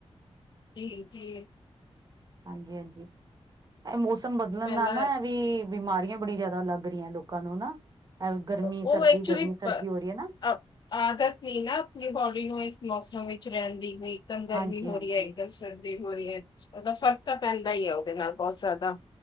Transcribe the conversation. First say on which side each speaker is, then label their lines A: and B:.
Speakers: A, on the left; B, on the right.
A: ਜੀ ਜੀ
B: ਹਾਂਜੀ-ਹਾਂਜੀ ਇਹ ਮੌਸਮ ਬਦਲਣ
A: ਪਹਿਲਾਂ
B: ਨਾਲ ਨਾ ਵੀ ਬਿਮਾਰੀਆਂ ਬੜੀਆਂ ਜ਼ਿਆਦਾ ਲੱਗ ਗਰੀਆਂ ਲੋਕਾਂ ਨੂੰ ਨਾ ਗਰਮੀ
A: ਉਹ
B: ਸਰਦੀ
A: ਐਕਚੁਲੀ
B: ਗਰਮੀ ਸਰਦੀ ਹੋ ਰਹੀ ਹੈ ਨਾ
A: ਆਦਤ ਨ ਨਾ ਆਪਣੀ ਬੋਡੀ ਨੂੰ ਇਸ ਮੌਸਮ ਵਿੱਚ ਰਹਿੰਦੀ ਹੋਈ ਇਕਦਮ ਗਰਮੀ
B: ਹਾਂਜੀ
A: ਹੋ
B: ਹਾਂਜੀ
A: ਰਹੀ ਹੈਏ ਇੱਕ ਦਮ ਸਰਦੀ ਹੋ ਰਹੀ ਹੈ ਉਹਦਾ ਫ਼ਰਕ ਤਾਂ ਪੈਂਦਾ ਹੀ ਹੈ ਉਹਦੇ ਨਾਲ ਬਹੁਤ ਜਾਦਾ